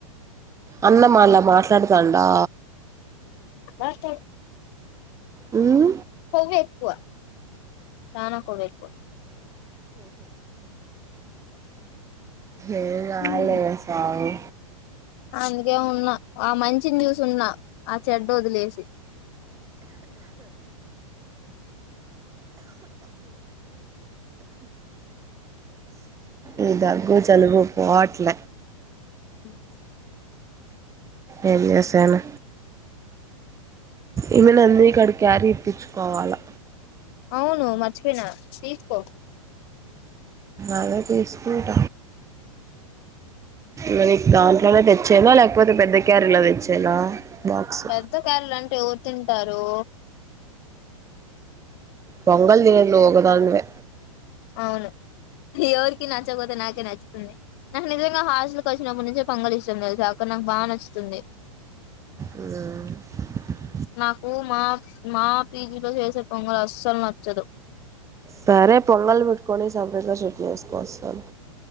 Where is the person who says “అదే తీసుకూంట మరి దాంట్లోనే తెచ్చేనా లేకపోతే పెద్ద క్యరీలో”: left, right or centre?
Right